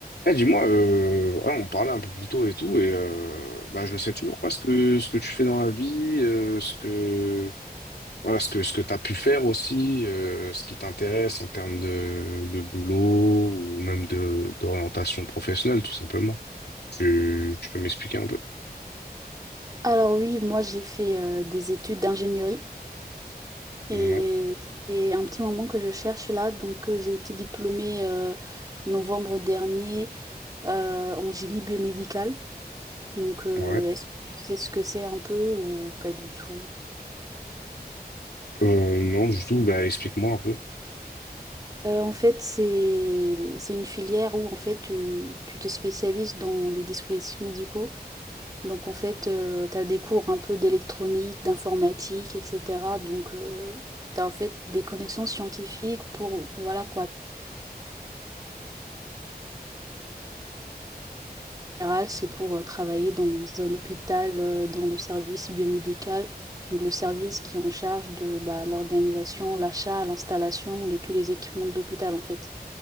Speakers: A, on the left; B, on the right.
A: Eh, dis-moi, euh, voilà, on parlait un peu plus tôt et tout, et euh, bah, je ne sais toujours pas ce que, ce que tu fais dans la vie, euh, ce que, voilà, ce que, ce que t'as pu faire aussi, euh, ce qui t'intéresse en termes de, de boulot ou même de, d'orientation professionnelle, tout simplement. Tu, tu peux m'expliquer un peu?
B: Alors oui, moi j'ai fait euh, des études d'ingénierie et
A: Ouais,
B: ça fait un petit moment que je cherche là. Donc euh, j'ai été diplômée euh, novembre dernier euh, en génie biomédical. Donc euh,
A: ouais.
B: est-ce que tu sais ce que c'est un peu ou pas du tout?
A: Euh, non, du tout, bah, explique-moi un peu.
B: Euh, en fait, c'est c'est une filière où en fait tu tu te spécialises dans les dispositifs médicaux. Donc en fait, tu as des cours un peu d'électronique, d'informatique, etc. Donc tu as en fait des connaissances scientifiques pour, voilà quoi, en général, c'est pour euh, travailler dans un hôpital, euh, dans le service biomédical, donc le service qui est en charge de bah, l'organisation, l'achat, l'installation de tous les équipements de l'hôpital en fait,